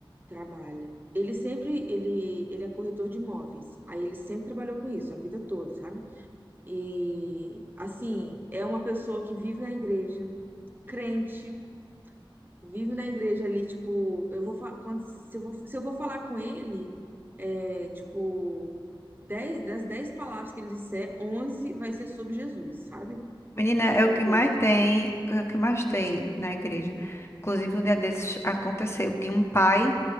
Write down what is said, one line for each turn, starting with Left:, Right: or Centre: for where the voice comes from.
Right: trabalha. Ele sempre, ele, ele é corretor de imóveis. Aí ele sempre trabalhou com isso, a vida toda, sabe? E, assim, é uma pessoa que vive na igreja, crente, vive na igreja ali, tipo, eu vou fa- quando se se eu vou, se eu vou falar com ele, é, tipo, 10 das 10 palavras que ele disser, 11 vai ser sobre Jesus, sabe?
Left: Menina,
Right: É aquela
Left: é o que
Right: coisa.
Left: mais tem, é o que mais tem na igreja. Inclusive, um dia desses aconteceu de um pai,